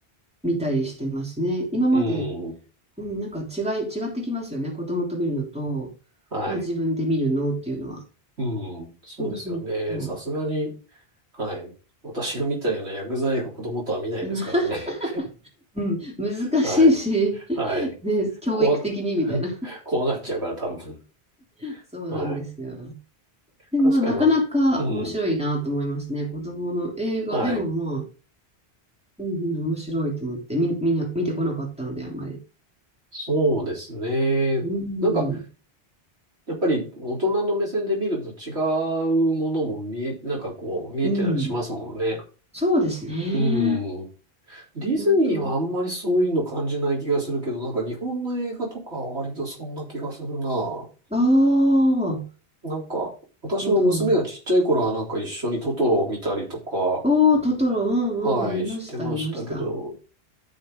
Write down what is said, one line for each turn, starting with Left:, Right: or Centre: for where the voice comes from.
Centre: 見たりしてますね。今まで、
Right: うん。
Centre: うん、なんか違い、違ってきますよね。子供と見るのと、
Right: はい。
Centre: まあ自分で見るのっていうのは。
Right: うん。そうですよね。
Centre: そうそう。
Right: さすがに、はい。私が見たような薬剤映画、子供とは見ないですからね。
Centre: <laughs> うん、難しいし、
Right: <laughs> はい。
Centre: <laughs>
Right: はい。
Centre: ね、教育的にみたいな。
Right: 怖、<laughs> 怖がっちゃうから、多分。
Centre: <laughs> そうなんですよ。
Right: はい。
Centre: で、
Right: 確かにわ、
Centre: まあ、なかなか面白いなと思いますね。
Right: うん。
Centre: 子供の映画でもまあ、
Right: はい。
Centre: うんうん、面白いと思って、み、みんな見てこなかったので、あんまり。
Right: そうですね。
Centre: うん、
Right: なんか、やっぱり大人の目線で見ると違うものも見え、なんかこう、見えてたりしますもんね。
Centre: うん。そうですね。
Right: うん。ディズニーはあんまりそういうの感じない気がするけど、
Centre: 本当。
Right: なんか日本の映画とかは割とそんな気がするな。
Centre: ああ、なる
Right: なんか、私も娘がちっちゃい頃はなんか一緒にトトロを見たりとか、
Centre: ほど。おー、トトロ、うんうん、
Right: はい、
Centre: 見ました、
Right: してましたけど、
Centre: 見ました。